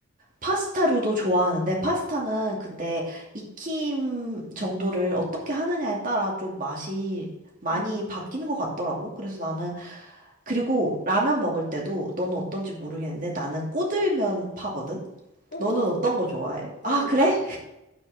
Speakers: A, on the right; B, on the left.
A: 파스타류도 좋아하는데, 파스타는 근데 익힘 정도를 어떻게 하느냐에 따라 좀 맛이 많이
B: 음.
A: 바뀌는 것 같더라고. 그래서 나는, 그리고 라면 먹을 때도 너는 어떤지 모르겠는데, 나는 꼬들면 파거든?
B: 어,
A: 너는
B: 나도.
A: 어떤 거 좋아해?
B: 나도,
A: 아, 그래?
B: 나도.